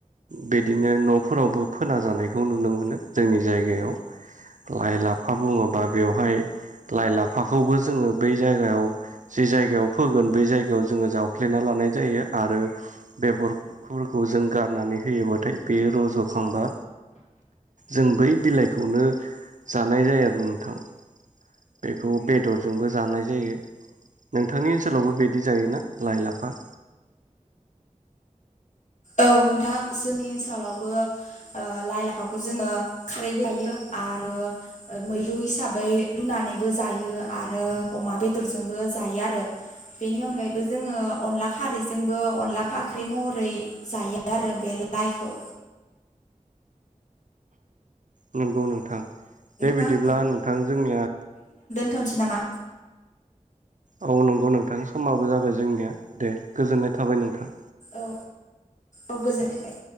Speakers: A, on the right; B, on the left.
A: बिदिनो न'फोरावबो फोनाजानायखौ नुनो मोनो जोंनि जायगायाव लाइ लाफा बुङोबा बेवहाय लाइ लाफाखौबो जोङो बै जायगायाव जि जायगायाव फोगोन बै जायगायाव जोङो जावफ्लेना लानाय जायो आरो बेगर- खौ जों गारनानै होयोबाथाय बेयो रज'खांबा जों बै बिलाइखौनो जानाय जायो आरो नोंथां बेखौ बेदरजोंबो जानाय जायो नोंथांनि ओनसोलावबो बिदि जायोना लाइ लाफा
B: औ नोंथां जोंनि ओनसोलावबो ओ लाइ लाफाखौ जोङो खारैबो जायो आरो मैरु हिसाबै रुनानैबो जायो आरो अमा बेदरजोंबो जायो आरो बेनि अनगायैबो जोङो अनला खारैजोंबो अनला फाख्रि महरै जायो आरो बे लाइखौ
A: नंगौ नोंथां दे
B: नोंथां
A: बिदिब्ला नोंथां जोंनिया
B: दोनथनिसै नामा
A: औ नंगौ नोंथां समाबो जाबाय जोंनिया दे गोजोननाय थाबाय नोंथां
B: औ औ गोजोननि थाबाय।